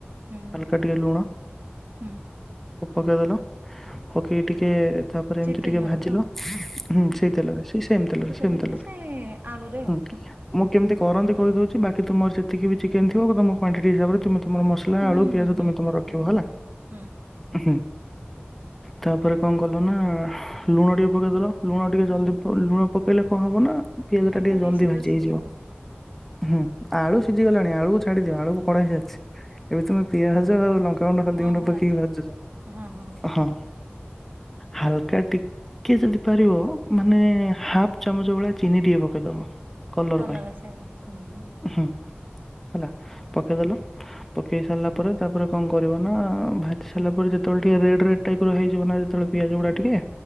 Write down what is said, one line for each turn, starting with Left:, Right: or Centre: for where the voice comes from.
Right: ହୁଁ
Centre: ହାଲକା ଟିକେ ଲୁଣ
Right: ହୁଁ
Centre: ପ ପକେଇଦେଲ ପକେଇକି ଟିକେ ତାପରେ
Right: ସେଇ
Centre: ଏମିତି
Right: ତେଲରେ
Centre: ଟିକେ ଭାଜିଲ
Right: ତ
Centre: ହୁଁ ସେଇ ତେଲରେ ସେଇ ସେମ୍ ତେଲରେ
Right: ସେ ତେଲ
Centre: ସେମ
Right: ମାନେ
Centre: ତେଲରେ।
Right: ସେ ଆଳୁରେ
Centre: ହୁଁ
Right: ଆଉ
Centre: ମୁଁ କେମିତି କରନ୍ତି କହିଦୋଉଚି ବାକି ତମର ଯେତିକି ବି ଚିକେନ୍ ଥିବ ତମ କ୍ୱଵଣ୍ଟିଟି ହିସାବରେ ତମେ ତମର ମସଲା
Right: ହୁଁ
Centre: ଆଳୁ ପିଆଜ
Right: ହୁଁ ହୁଁ
Centre: ତମେ ତମର
Right: ହୁଁ
Centre: ରଖିବ
Right: ହୁଁ
Centre: ହେଲା
Right: ହୁଁ ହୁଁ
Centre: ହୁଁ। ତାପରେ କଣ କଲ ନା ଲୁଣ ଟିକେ ପକେଇଦେଲ ଲୁଣ ଟିକେ
Right: ହୁଁ
Centre: ଜଲଦି ଲୁଣ ପକେଇଲେ କଣ ହବ ନା ପିଆଜ
Right: ଆଳୁଟା
Centre: ଟା ଟିକେ ଜଲଦି
Right: ଶୀଘ୍ର
Centre: ଭାଜି
Right: ସିଝିବ
Centre: ହେଇଯିବ
Right: ଆଉ।
Centre: ହୁଁ। ଆଳୁ ସିଝିଗଲାଣି ଆଳୁକୁ ଛାଡିଦିଅ ଆଳୁ କଡା ହେଇଯସିଛି। ଏବେ ତୁମେ ପିଆଜ
Right: ଆ
Centre: ଆଉ ଲଙ୍କାାଗୁଣ୍ଡ ହଳଦୀ
Right: ଓହୋ
Centre: ଗୁଣ୍ଡ ପକେଇକି
Right: ଆଚ୍ଛା
Centre: ଭାଜ
Right: ହଁ ଆଚ୍ଛା
Centre: ହଁ। ହାଲକା ଟିକେ ଯଦି ପାରିବ ମାନେ ହାଫ ଚାମଚ ଭଳିଆ ଚିନି ଟିକେ ପକେଇଦବ କଲର
Right: କଲରା
Centre: ପାଇଁ
Right: ଆସିବା ପାଇଁ
Centre: ହୁଁ। ହେଲା ପକେଇଦେଲ। ପକେଇ ସାରିଲା ପରେ ତାପରେ କଣ କରିବ ନା ଭାଜି ସାରିଲା ପରେ ଯେତେବେଳେ ଟିକେ ରେଡ୍ ରେଡ୍ ଟାଇପ୍ ର ହେଇଯିବ ନା ଯେତେବେଳେ ପିଆଜ ଗୁଡା ଟିକେ